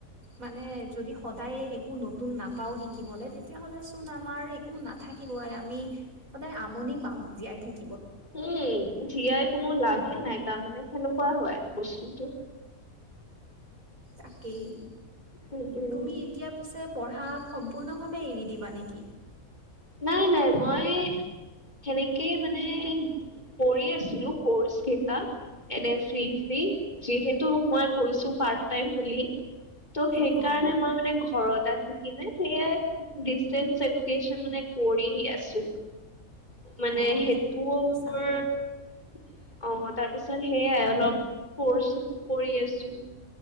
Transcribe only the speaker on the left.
উম, জীয়াই কোনো লাভে নাই, তাৰমানে সেনেকুৱা হয় বস্তুটো।
উম উম
নাই, নাই। মই সেনেকেই মানে কৰি আছিলো কৰ্চ কেইটা। এনে ফ্ৰী, ফ্ৰী যিহেতু মই কৈছো পাৰ্ট টাইম বুলি। তো' সেইকাৰণে
মই মানে ঘৰত আহি কিনে সেয়াই, ডিচটেন্স এডুকেশ্বন মানে কৰি আছোঁ, মানে
সেইটো
মোৰ অ, তাৰপিছত সেইয়াই অলপ কৰ্চ কৰি আছোঁ।